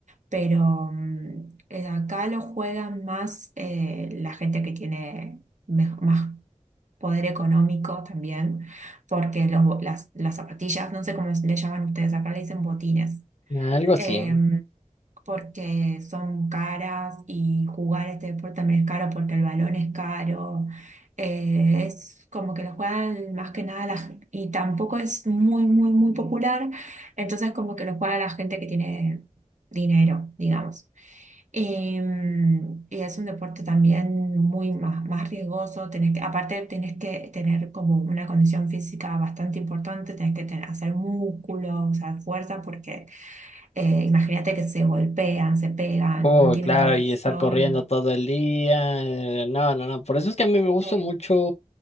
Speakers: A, on the right (about 70°); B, on the left (about 55°).
A: pero mm, eh, acá lo juegan más eh, la gente que tiene... mej- más poder económico también, porque los bo- las, las zapatillas, no sé cómo le llaman ustedes, acá le dicen botines,
B: Algo así.
A: em, porque son caras y jugar este deporte también es caro porque el balón es caro, eh, es como que lo juegan más que nada la, gen- y tampoco es muy, muy, muy popular, entonces como que lo juega la gente que tiene dinero, digamos. Em, y es un deporte también muy más, más riesgoso, tenés que, aparte tenés que tener como una condición física bastante importante, tenés que tener- hacer músculo, o sea, fuerza, porque eh, imagínate que se golpean, se pegan,
B: Oh,
A: no tienen
B: claro,
A: protección.
B: y estar corriendo todo el día. eh, No, no, no. Por eso es que a mí me gusta
A: Sí,
B: mucho.